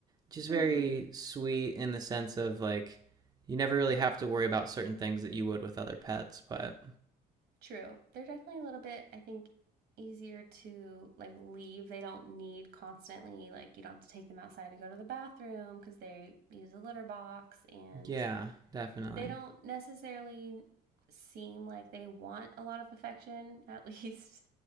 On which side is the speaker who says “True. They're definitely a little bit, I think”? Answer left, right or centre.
Right